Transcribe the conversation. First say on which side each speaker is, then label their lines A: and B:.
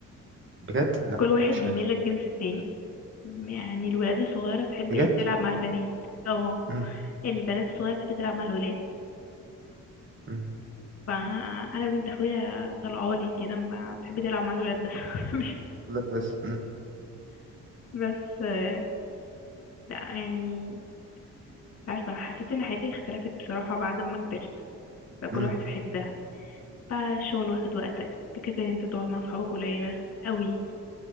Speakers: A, on the right; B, on the left.
A: بجد لا
B: كل واحد
A: مش
B: بيميل
A: عارف
B: للجنس التاني يعني الولاد الصغيرة تحب
A: بجد
B: إيه؟ تلعب مع البنات اه
A: امم
B: البنات الصغيرة تحب تلعب مع الولاد
A: امم
B: فانا بنت اخويا طلعالي كده ما بتحب تلعب مع الولاد بس <laughs> مش-
A: ولاد بس امم
B: بس آه، لا يعني مش عارفة حسيت ان حياتي اختلفت بصراحة بعد ما كبرت بقى كل
A: امم
B: واحد في حتة فالشغل واخد وقتك فكرة ان انت تقعد مع اصحابك قليلة قوي